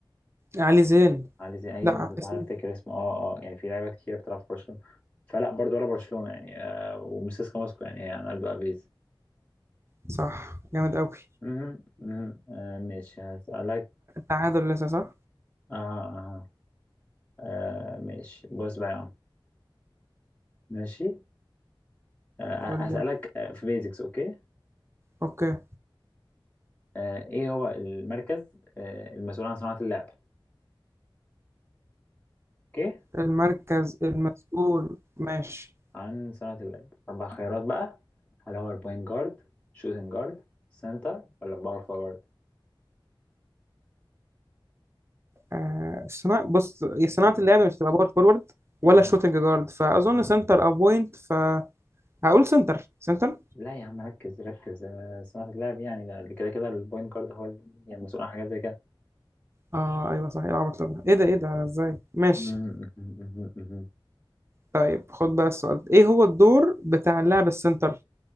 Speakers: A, on the right (about 30°); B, on the left (about 15°).
A: علي زين
B: علي زي ايوه
A: لا
B: كنت
A: اسم
B: بعرف افتكر اسمه اه اه يعني في لعيبه كتير بتلعب في برشلونة فلا برضه ولا برشلونة يعني آه، ومسيسكا موسكو يعني يعني الدو ابيز
A: صح جامد أوي
B: مهم، مهم. آه، ماشي هسألك
A: تعادل لسه صح؟
B: اه اه آه، آه، ماشي بص بقى يا عم ماشي آه،
A: قول
B: هسألك
A: لي
B: آه، في بيزكس اوكي
A: اوكي
B: آه، ايه هو المركز آه، المسؤول عن صناعة اللعب اوكي
A: المركز المسؤول ماشي
B: عن صناعة اللعب أربع خيارات بقى هل هو البوينت جارد شوتنج جارد سنتر ولا باور فورورد
A: آه صناعة بص هي صناعة
B: آه.
A: اللعب مش هتبقى باور فورورد ولا
B: آه.
A: شوتنج جارد فأظن
B: آه.
A: سنتر أو بوينت فهقول سنتر سنتر
B: لا يا عم ركز ركز آه، صناعة اللعب يعني ده اللي كده كده البوينت جارد هو ال- يعني مسؤول عن حاجات زي كده
A: اه ايوه صح ايه العبط ده ايه ده ايه ده ازاي ماشي
B: مم، مم، مم، مم.
A: طيب خد بقى السؤال ده. ايه هو الدور بتاع اللاعب السنتر